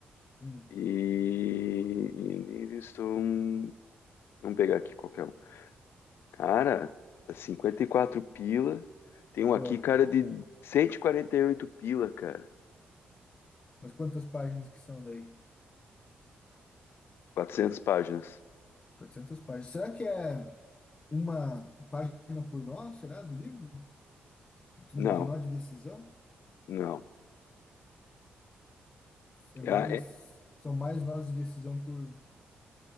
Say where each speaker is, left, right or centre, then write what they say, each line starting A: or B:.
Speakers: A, on the left; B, on the left.
A: Hum.
B: E Ian Livingstone. Vamos pegar aqui qualquer um. Cara, tá 54 pila. Tem um
A: Ah,
B: aqui, cara, de cento e e quarenta e oito pila, cara.
A: mas quantas páginas que são daí?
B: Quatrocentas páginas.
A: 400 páginas. Será que é uma página por nó, será, do livro? De
B: Não,
A: nó de decisão?
B: não.
A: É mais,
B: Ah, é-
A: são mais nós de decisão por,